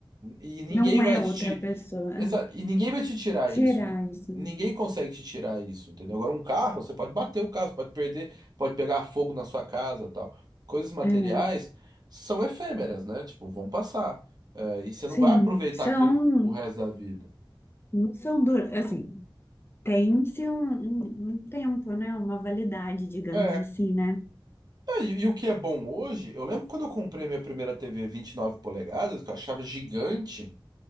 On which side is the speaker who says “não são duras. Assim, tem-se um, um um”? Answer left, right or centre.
Left